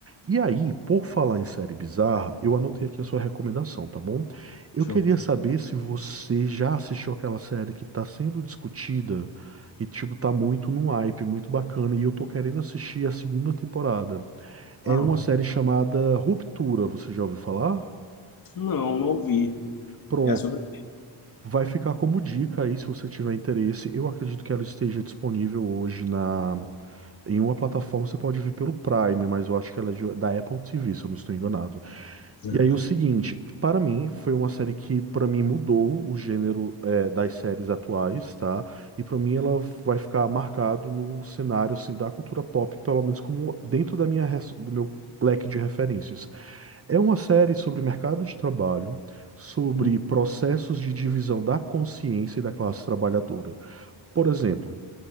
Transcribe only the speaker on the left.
Show.
Uau.
Não, não ouvi.
É sobre.
Apresenta.
Hum,